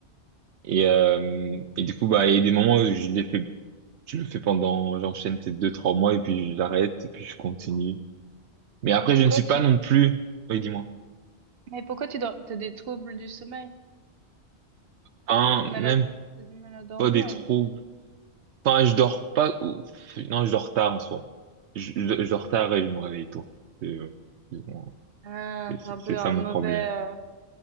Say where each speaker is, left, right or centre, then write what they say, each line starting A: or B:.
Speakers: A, on the right; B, on the right.
A: Et, euh, et du coup, bah, il y a des moments où je l'ai fait, je le fais pendant, j'enchaîne peut-être deux, trois mois et puis j'arrête et puis je continue. Mais après,
B: Pourquoi
A: je ne suis
B: tu
A: pas non plus, oui, dis-moi,
B: mais pourquoi tu dors... t'as des troubles du sommeil?
A: un,
B: T'as du mal
A: même
B: à t'as du mal à dormir
A: pas des troubles
B: ou
A: Enfin, je dors pas. ou- Non, je dors tard en soi. Je, je, je dors tard et je me réveille tôt. Et, euh, et bon,
B: Ah,
A: et C'est
B: t'as un
A: c'est
B: peu
A: ça
B: un
A: mon
B: mauvais
A: problème.
B: euh,